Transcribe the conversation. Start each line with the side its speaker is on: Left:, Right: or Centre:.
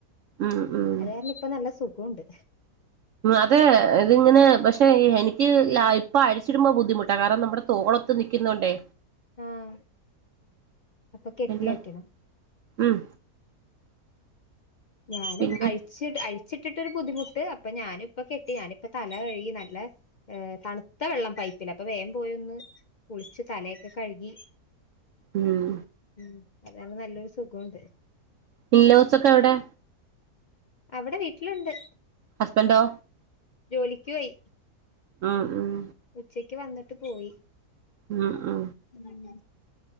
Right: ഉം ഉം
Left: അത് കാരണം ഇപ്പ നല്ല സു കോണ്ട്
Right: അതെ ഇതിങ്ങനെ ഭ എനിക്ക് ഇപ്പൊ അഴിച്ചിടുമ്പോ ബുദ്ധിമുട്ടാ കാരണം നമ്മുടെ തോളത്ത് നിയ്ക്കുന്നോണ്ടേ.
Left: ആഹ് അപ്പൊ കെട്ടി
Right: പിന്നെ
Left: വെക്കണം.
Right: ഉം
Left: ഞാനും
Right: പിന്നെ
Left: അഴിച്ചിട അഴിച്ചി ഇട്ടിട്ടൊരു ബുദ്ധിമുട്ട് അപ്പൊ ഞാനും ഇപ്പൊ കെട്ടിയാനും ഇപ്പൊ തല കഴുകി നല്ല തണു ത്ത വെള്ളം പൈപ്പില് അപ്പൊ വേഗം പോയി ഒന്ന് കുളിച്ച് തലയൊക്കെ കഴുകി
Right: ഊം
Left: ഉം അതാണ് നല്ലൊരു സുഖുണ്ട്
Right: പിള്ളേസൊക്കെ എവിടെ?
Left: അവിടെ വീട്ടിലുണ്ട്
Right: ഹസ്ബന്റോ?
Left: ജോലിക്ക് പോയി
Right: ഉം ഉം
Left: ഉച്ചയ്ക്ക് വന്നിട്ട് പോയി
Right: മ് മ്
Left: ഉം